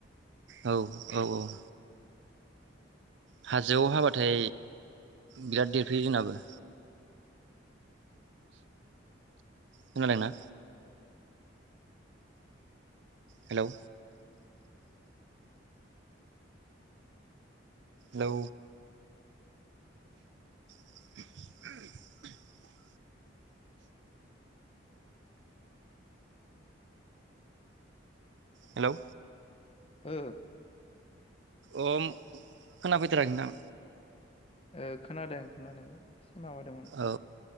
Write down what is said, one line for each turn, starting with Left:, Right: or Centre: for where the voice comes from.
Right: औ औ औ। हाजोआव हाबाथाय बिराद देरफैयो जोंनाबो खोनादोंना? हेलौ लौ <inaudible> हेलौ
Left: ओ
Right: अम खोनाफैथाराखै दां।
Left: ओ खोनादों खोनादों से माबादोमोन।
Right: औ